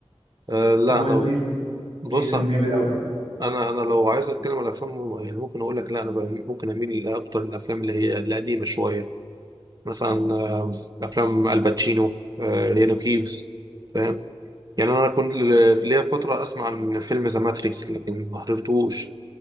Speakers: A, on the right (about 35°); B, on the right (about 55°).
A: آه، لا
B: هو
A: انا
B: جيسون
A: بص
B: جيسون جامد قوي
A: انا انا لو عايز اتكلم على افلام يعني ممكن اقول لك لا انا ب- ممكن اميل اكتر للافلام اللي هي القديمة شوية مثلا آه، افلام الباتشينو آه، ريانو كيفز فاهم يعني انا كنت في ليا فتره اسمع عن فيلم ذا ماتريكس لكن ما حضرتوش